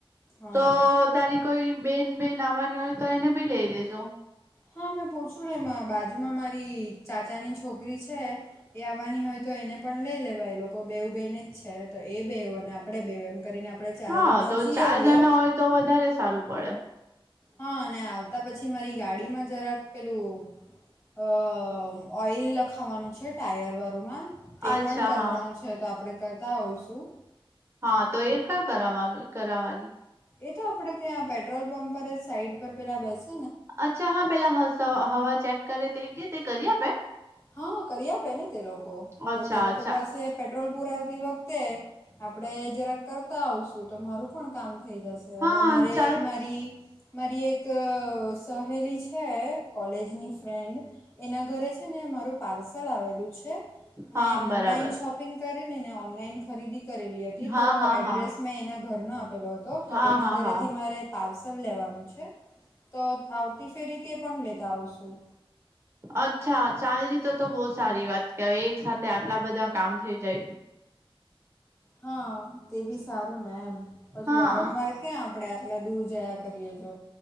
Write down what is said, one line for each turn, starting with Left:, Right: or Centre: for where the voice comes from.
Left: હા
Right: તો તારી કોઈ બેન બેન આવવાની હોય તો એને ભી લઈ લેજો.
Left: હા મેં પૂછ્યું ને મા બાજુમાં મારી ચાચાની છોકરી છે એ આવવાની હોય તો એને પણ લઈ લેવા એ લોકો બેવું બેન જ છે તો એ બેવું અને આપડે બેવ એમ કરીને આપણે ચાર
Right: હા
Left: જણા
Right: તો
Left: જઈ
Right: ચાર
Left: આવીએ
Right: જણા હોય તો વધારે સારું પડે.
Left: હા અને આવતા પછી મારી ગાડીમાં જરાક પેલું અ ઓઈલ લખાવાનું છે ટાયર વાળુંમાં તે
Right: અચ્છા
Left: પણ કરવાનું
Right: હા
Left: છે તો આપણે કરતા આવશું.
Right: હા તો એકા કરાવાની કરાવવાની
Left: એ તો આપડે ત્યાં પેટ્રોલ પંપ પર જ સાઈડ પર પેલા બેસ
Right: અચ્છા હા પેલા હસ હવા ચેક કરે તે કે તે કરી આપે.
Left: હા કરી આપે ને તે લોકો તો
Right: અચ્છા
Left: તે લોકો
Right: અચ્છા
Left: પાસે પેટ્રોલ પુરાવતી વખતે આપડે જરાક કરતા આવશું તો મારું પણ કામ થઈ જશ
Right: હા
Left: અને મારેક
Right: ચાલ
Left: મારી મારી એક સહેલી છે કોલેજની ફ્રેન્ડ એના ઘરે છે છે ને મારું પાર્સલ આવેલું છે મેં
Right: હા
Left: ઓનલાઈન
Right: બરાબર
Left: શોપિંગ કરેલી ને ઓનલાઈન ખરીદી કરેલી હતી.
Right: હા
Left: તો
Right: હા
Left: એડ્રેસ
Right: હા
Left: મેં એના ઘરનો આપ પેલો હતો તો
Right: હા
Left: એના
Right: હા
Left: ઘરેથી
Right: હા
Left: મારે પાર્સલ લેવાનું છે તો આવતી ફેરી તે પણ લેતા આવશું.
Right: અચ્છા ચાલલી તો તો બોજ સારી વાત કેવાય એક સાથે આટલા બધા કામ થઇ જાય.
Left: હા તેબી સારું ને એમ પછી
Right: હા
Left: વારંવાર ક્યાં આપડે આટલા દૂર જયા કરીએ જો